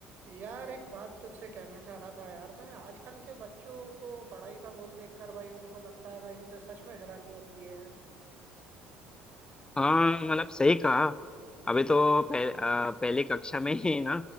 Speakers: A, on the right (about 50°); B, on the left (about 20°).
A: यार एक बात तुझसे कहना चाह रहा था यार मैं आजकल के बच्चों को पढ़ाई का बोझ देखकर भाई उनको लगता है भाई मुझे सच में हैरानी होती है यार
B: हाँ मतलब सही कहा अभी तो पह, अ, पहली कक्षा में ही ना